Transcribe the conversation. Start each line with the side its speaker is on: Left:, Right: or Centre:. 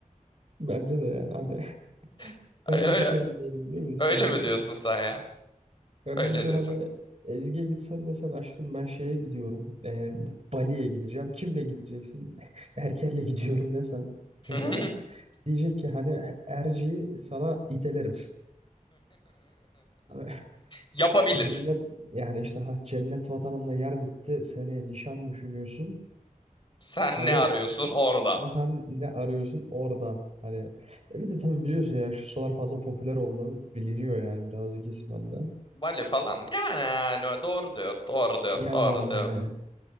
Right: Bence de yani hani <laughs>
Left: <laughs> Ay-
Right: ben de
Left: ay-
Right: hiç emin değilim biliyor musun?
Left: Öyle
Right: Hani
Left: mi
Right: yani,
Left: diyorsun sen ya?
Right: ben
Left: Öyle
Right: çünkü
Left: diyorsun.
Right: hani Ezgi'ye gitsen desen aşkım ben şeye gidiyorum. E, Bali'ye gideceğim. Kimle gideceksin? <laughs> Erker'le gidiyorum desen
Left: <laughs>
Right: mesela. Diyecek ki hani Erci'yi sana itelerim. <laughs>
Left: Yapabilir.
Right: Cennet yani işte ha cennet vatanımda yer bitti. Seneye nişan düşünüyorsun.
Left: Sen
Right: Hani
Left: ne arıyorsun orada?
Right: sen ne arıyorsun orada? Hani e bir de tabii biliyorsun ya şu sıralar fazla popüler oldu. Biliniyor yani birazcık ismen de.
Left: Bali falan. Yani, yani doğru diyor. Doğru diyor.
Right: Yani
Left: Doğru
Right: hani
Left: diyor.